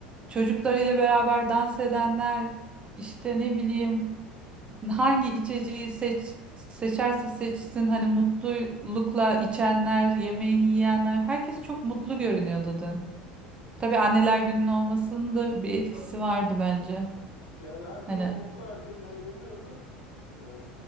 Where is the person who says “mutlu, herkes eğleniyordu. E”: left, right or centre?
Left